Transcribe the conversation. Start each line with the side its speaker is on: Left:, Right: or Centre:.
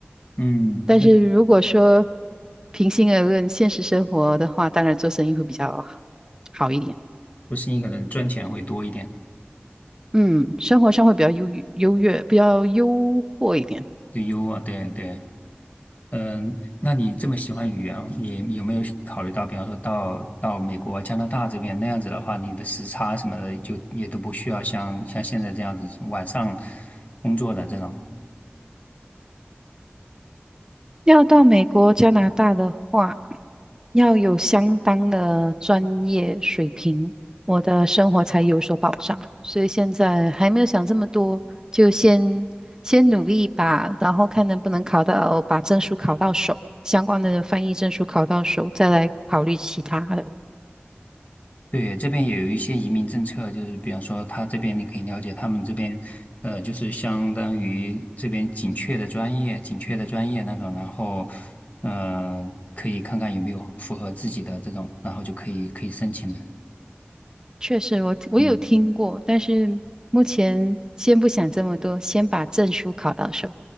Left: 嗯，
Right: 但是如果说平心而论，现实生活的话，当然做生意会比较好一点。
Left: 做生意可能赚钱会多一点，
Right: 嗯，生活上会比较优越优越，比较优渥一点。
Left: 就优啊，对对。嗯，那你这么喜欢语言，你有没有考虑到，比方说到到美国、加拿大这边那样子的话，你的时差什么的就也都不需要像像现在这样子晚上工作的这种。
Right: 要到美国、加拿大的话，要有相当的专业水平，我的生活才有所保障。所以现在还没有想这么多，就先先努力吧，然后看能不能考到，把证书考到手，相关的翻译证书考到手，再来考虑其他的。
Left: 对，这边也有一些移民政策，就是比方说他这边你可以了解他们这边，呃，就是相当于这边紧缺的专业，紧缺的专业那种，然后，呃，可以看看有没有符合自己的这种，然后就可以可以申请了。
Right: 确实我，我有听过，
Left: 嗯
Right: 但是目前先不想这么多，先把证书考到手。